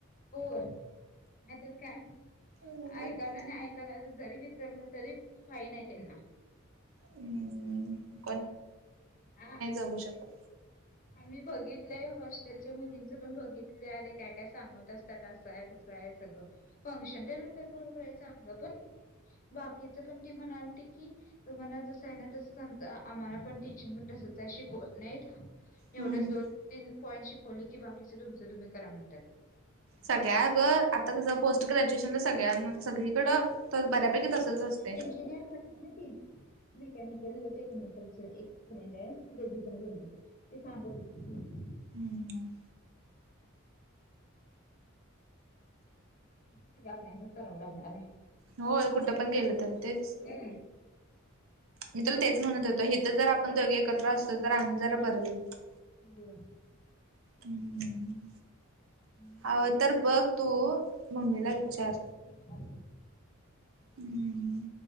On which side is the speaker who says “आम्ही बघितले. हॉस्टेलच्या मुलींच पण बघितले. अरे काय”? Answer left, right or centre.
Left